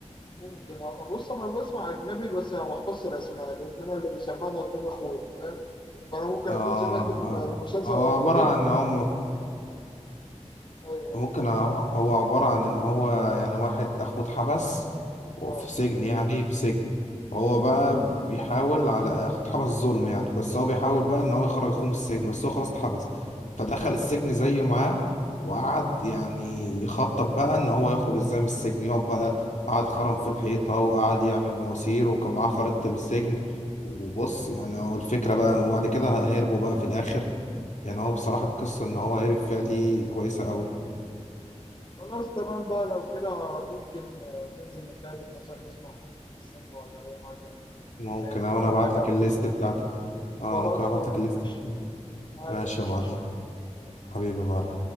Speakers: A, on the left; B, on the left.
A: ممكن أه، بص انا بسمع اجنبي بس ما بحفظش الاسماء لان انا اللي بيسمعني اجنبي اخويا فاهم فانا ممكن
B: آه
A: اكون سمعت
B: آه،
A: ال- المسلسل
B: هو
A: او
B: عبارة
A: الفيلم
B: عن إن هم
A: ايوه
B: ممكن هو هو عبارة عن إن هو يعني واحد أخوه اتحبس وفي
A: اه
B: سجن يعني في سجن وهو بقى بيحاول على أخوه اتحبس ظلم يعني بس هو بيحاول بقى إن هو يخرج أخوه من السجن بس هو خلاص اتحبس فدخل السجن زيه معاه وقعد يعني يخطط بقى إن هو يخرج إزاي من السجن يقعد بقى قعد خرم في الحيطة وقعد يعمل مواسير وكان معاه خريطة السجن وبص يعني هو الفكرة بقى وبعد كده هربوا بقى في الآخر يعني هو بصراحة القصة إن هو هرب فيها دي كويسة أوي
A: خلاص تمام بقى لو كده ممكن آه، ننزل نتقابل مثلا نسمع فيلم في السينما ولا اي حاجه
B: ممكن
A: آه، تكون
B: أه، وانا ابعت
A: حاجه
B: لك الليست بتاعتي اه
A: خلاص
B: ممكن ابعت
A: تمام
B: لك الليست
A: ماشي
B: بتاعتي.
A: عادي
B: ماشي
A: مش
B: يا معلم
A: مشاكل خلاص تمام
B: حبيبي يا معلم